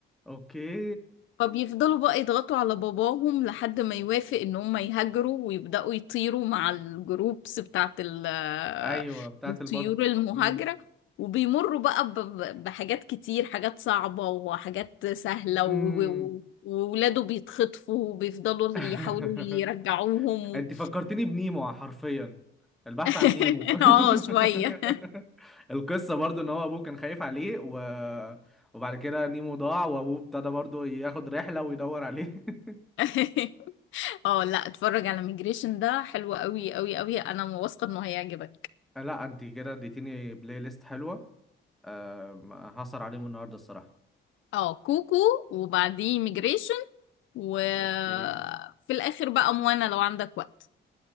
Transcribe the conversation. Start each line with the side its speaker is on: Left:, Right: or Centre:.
Centre: اوكي
Left: فبيفضلوا بقى يضغطوا على باباهم لحد ما يوافق ان هم يهاجروا ويبدأوا يطيروا مع الجروبس بتاعت ال- آه،
Centre: ايوه بتاعت
Left: الطيور
Centre: البط
Left: المهاجرة
Centre: امم
Left: وبيمروا بقى ب- ب- بحاجات كتير حاجات صعبة وحاجات سهلة
Centre: امم
Left: و- و- وولاده بيتخطفوا وبيفضلوا
Centre: <laughs>
Left: يحاولوا يرجعوهم
Centre: انت فكرتني بنيمو حرفيا البحث
Left: <laughs>
Centre: عن نيمو
Left: اه شوية
Centre: <laughs> القصة برضو ان هو ابوه كان خايف عليه و... وبعد كده نيمو ضاع وابوه ابتدى برضو ياخد رحلة ويدور عليه <laughs>
Left: <laughs> اه لا اتفرج على ميجريشن ده حلو قوي قوي قوي انا واثقة انه هيعجبك
Centre: آه، لا انت كده اديتيني بلاي ليست حلوة أه هسهر عليهم النهاردة الصراحة
Left: اه كوكو وبعديه ميجريشن وفي
Centre: اوكي
Left: الاخر بقى موانا لو عندك وقت